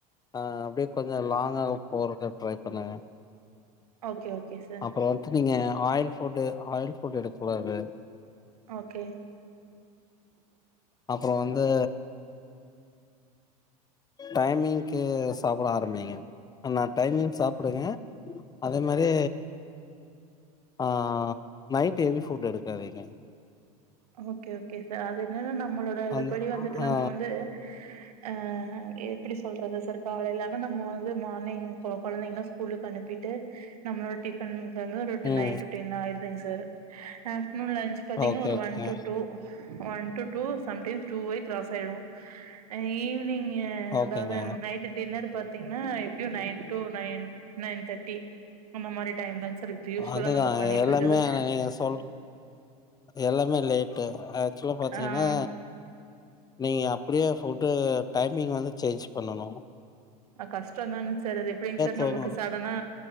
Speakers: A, on the left; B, on the right.
A: அ அப்டே கொஞ்ச லாங்கா போறக்கு ட்ரை பண்ணுங்க
B: ஓகே ஓகே சார்
A: இப்ப வன்ட்டு நீங்க ஆயில் ஃபுட்டு ஆயில் ஃபுட் எடுக் கூடாது
B: ஓகே
A: அப்றோ வந்து டைமிங்க்கு சாப்ட ஆரம்பிங்க நா டைமிங் சாப்டுங்க அதே மாரி ஆ நைட் ஹெவி ஃபுட் எடுக்காதீங்க
B: ஓகே ஓகே சா அது என்னென்னா நம்மளோட இதுபடி
A: அந்த
B: வந்துட்டு
A: ஆ
B: நம்ம வந்து அ எப்பிடி சொல்றது சார் காலையில ஆனா நம்ம வந்து மார்னிங் கொ கொழந்தைங்கல்ல ஸ்கூலுக்கு அனுப்பிட்டு நம்ளோ டிபன் வந்து ஒரு ட்
A: ம்
B: நைன் டு டென் ஆயிருந்தங்க சார் ஆஃப்டர்நூன் லன்ச் பாத்தீங்கன்னா
A: ஓகே
B: ஒரு
A: ஓகேங்க
B: ஒன் to two ஒன்டு two sometimes டூவே கிராஸ் ஆயிடு ஈவினிங் ஏ
A: ஓகேங்க
B: அதாவது நைட் டின்னர் பாத்தீங்கன்னா எப்டியு nine to nine nine thirty அந்த மாரி டைம்தாங்க சார் இப்ப யூஸ்வலா
A: அதுதா
B: நாங்க பண்ணிட்டு
A: எல்லாமே
B: இருக்குது
A: ஆனா நீங்க சொல் எல்லாமே லேட்டு் ஆக்சுலா பாத்தீங்கன்னா
B: ஆ
A: நீங்க அப்பிடியே ஃபுட்டு டைமிங் வந்து சேஞ்ச் பண்ணனு
B: அ கஷ்டதான சார் அது எப்பிடிங்க சார்
A: தூங்கணும்.
B: நமக்கு சா ல்லனா